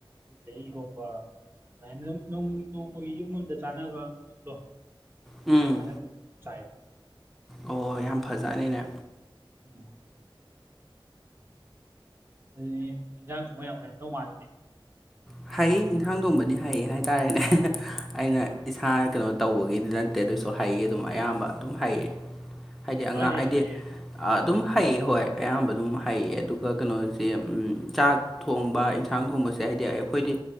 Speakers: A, on the right (about 25°); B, in the centre.
A: ꯑꯗꯩ ꯏꯔꯣꯕ ꯑꯗꯨꯃꯥꯏꯅ ꯅꯣꯡꯃꯒꯤ ꯌꯨꯝ ꯑꯃꯗ ꯆꯥꯅꯕ ꯃꯑꯣꯡꯗꯣ
B: ꯎꯝ
A: ꯅ ꯑꯗꯨ ꯆ
B: ꯑꯣ ꯌꯥꯝ ꯐꯖꯅꯤꯅꯦ
A: ꯎꯝ ꯑꯗꯨꯗꯤ ꯏꯟꯖꯥꯡ ꯊꯣꯡꯕ ꯌꯥꯃ ꯂꯧꯧ ꯃꯥꯜꯂꯤꯅꯦ
B: ꯍꯩ ꯏꯟꯁꯥꯡ ꯊꯣꯡꯕꯗꯤ ꯍꯩꯌꯦ ꯍꯥꯏꯇꯥꯔꯦꯅꯦ ꯑꯩꯅ
A: ꯑꯥ
B: ꯏꯁꯥ ꯀꯩꯅꯣ ꯇꯧꯕꯒꯤꯗꯤ ꯅꯠꯇꯦ ꯑꯗꯨꯁꯨ ꯍꯩꯌꯦ ꯑꯗꯨꯝ ꯑꯌꯥꯝꯕ ꯑꯗꯨꯝ ꯍꯩꯌꯦ ꯍꯥꯏꯗꯤ
A: ꯂꯣꯏ
B: ꯑꯉꯥꯡ
A: ꯍꯩꯔꯦ
B: ꯍꯥꯏꯗꯤ ꯑꯗꯨꯝ ꯍꯩꯌꯦ ꯍꯣꯏ ꯑꯌꯥꯝꯕ ꯑꯗꯨꯝ ꯍꯩꯌꯦ ꯑꯗꯨꯒ ꯀꯩꯅꯣꯁꯦ ꯆꯥꯛ ꯊꯣꯡꯕ ꯏꯟꯁꯥꯡ ꯊꯣꯡꯕꯁꯦ ꯍꯥꯏꯗꯤ ꯈꯣꯏꯗꯤ